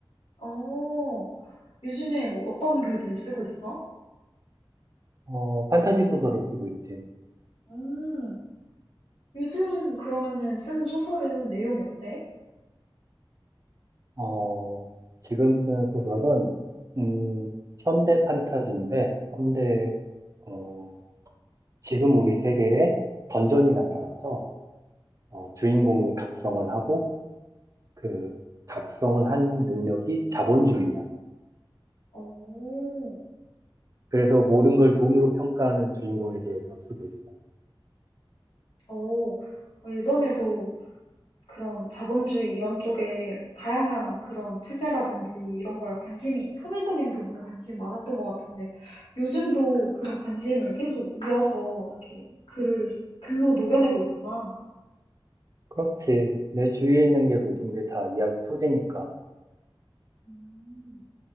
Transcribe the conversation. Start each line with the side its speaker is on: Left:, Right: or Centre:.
Left: 어, 요즘에 뭐 어떤 글을 쓰고 있어?
Right: 어, 판타지 소설을 쓰고 있지.
Left: 음, 요즘 그러면은 쓰는 소설은 내용이 어때?
Right: 어, 지금 쓰는 소설은, 음, 현대 판타지인데, 현대, 어, 지금 우리 세계에 던전이 나타나서, 어, 주인공이 각성을 하고, 그,
Left: 어,
Right: 각성을 한 능력이 자본주의야.
Left: 어.
Right: 그래서 모든 걸 돈으로 평가하는 주인공에 대해서 쓰고 있어.
Left: 어, 어, 예전에도 그런 자본주의 이런 쪽에 뭐 다양한 그런 체제라든지 이런 거에 관심이, 사회적인 부분에 관심이 많았던 것 같은데, 요즘도 그런 관심을 계속 이어서 이렇게 글을, 쓰- 글로 녹여내고 있구나.
Right: 그렇지. 내 주위에 있는 게 모든 게 다 이야기 소재니까.
Left: 음,